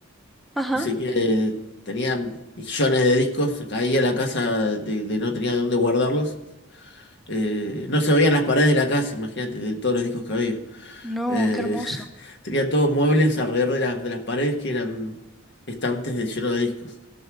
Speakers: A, in the centre; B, on the left.
A: Ajá.
B: Así que tenía millones de discos, se caía la casa de, de no tenía dónde guardarlos. Eh, no se veían las paredes de la casa, imagínate, de todos los discos que había.
A: No,
B: Eh,
A: qué hermoso.
B: <laughs> tenía todos muebles alrededor de, las de las paredes que eran estantes de, llenos de discos.